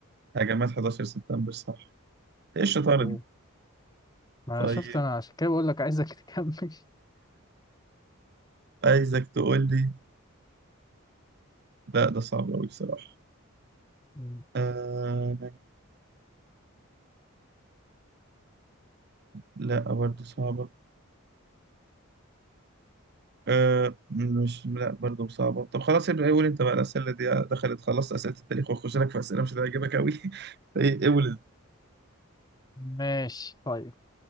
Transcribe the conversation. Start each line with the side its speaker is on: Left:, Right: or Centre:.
Right: هجمات 11 سبتمبر صح إيه الشطارة
Left: أوه.
Right: دي؟
Left: ما
Right: طيب
Left: شفت انا عشان كده بقول لك عايزك <laughs> تكمل
Right: عايزك تقول لي لا ده صعب أوي بصراحة
Left: أمم.
Right: آه... لا برضه صعبة أه مش لا برضه صعبة طب خلاص ابدأ قول انت بقى الأسئلة دي دخلت خلاص أسئلة التاريخ وأخش لك في أسئلة مش هتعجبك أوي <laughs> إيه قول انت.
Left: ماشي طيب